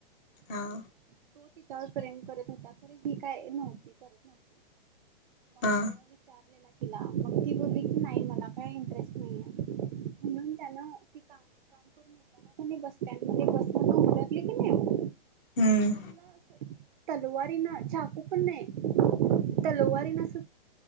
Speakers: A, on the left (about 25°); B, on the right (about 55°).
A: हा.
B: आणि तो तिच्यावर प्रेम करत होता खर ही काय नव्हती करत नव्हती
A: हा
B: त्यांन वि विचारलेला तिला मग ती बोलली की नाही मला काय इंटरेस्ट नाही आहे म्हणून त्यानं ती काम करून येतना बस स्टँड मध्ये बसमधून उतरली की नई
A: हम्म.
B: तिला अस तलवारीन चाकू पण नाही तलवारीन अस